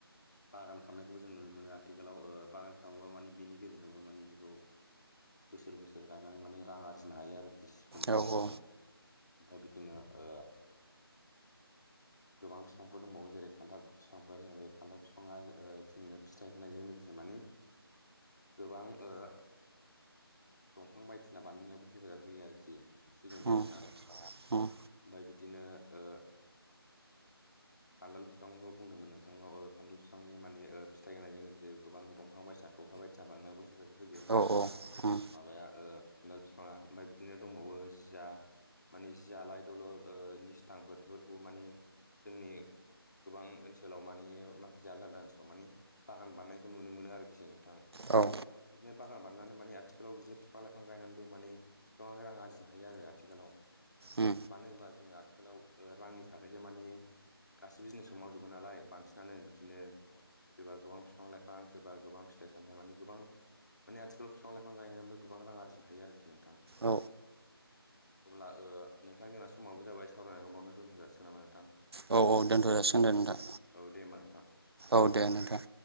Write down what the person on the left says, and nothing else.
बागान खालामामनायखौबो जों नुनो मोनो आथिखालाव बागान खालामोबा माने बेनि गेजेरावबो मानि बेखौ बोसोर बोसोर गायनानै माने रां आरजिनो हायो आरोखि सिगुन बिफांजोंनो
ओमफ्राय बिदिनो ओ गोबां बिफांफोर दंबावो जेरै खान्थाब बिफांफोर ज खान्थाब बिफाङा जोंनो फिथाइ होनायजों लोगोसे मानि गोबां ओ दंफां बायदिसिना बानायनायावबो हेफाजाब होयो आरोखि सिगुन
बिफाङा
ओमफ्राय बिदिनो ओ खान्थाल बिफांखौ बुंदोंमोन नोंथांनाव खान्थाल बिफांनि माने फिथाइ होनायजों लोगोसे गोबां दंफां बायदिसिना थख्ला बायदिसिना बानायनायबो हेफाजाब होयो ओ
माबाया ओ खान्थाल फिफांङा ओमफ्राय बिदिनो दंबावो जिया माने जिया लाइ दलर ओ निस्थांफोरखौ माने जोंनि गोबां ओनसोलाव मानि माखासे आलदा आलदा ओनसोलाव मानि बागान बानायनायखौ नुनो मोनो आरोखि नोंथां
बिदिनो बागान बाननानै माने आथिखालाव बिदि फिफां लाइफां गायनानैबो माने गोबां रां आरजिनो हायो आरो आथिखालाव
मानो होनबा जोंङो आथिखालाव ओ रांनि थाखायसो मानि गासिबो जिनिसखौ मावजोबो नालाय बांसिनानो बिदिनो सोरबा गोबां फिफां लाइफां सोरबा गोबां फिथाइ सामथायाइ मानि गोबां माने आथिालाव फिफां लाइफां गयनानैबो गोबां रां आरजिनो हायो आरोखि नोंथां
अब्ला ओ नोंथां जोंना समाबो जाबाय सावरायनायखौ बावनो दोनथ'जासिगोन नामा नोंथां?
औ दे होमबा नोंथां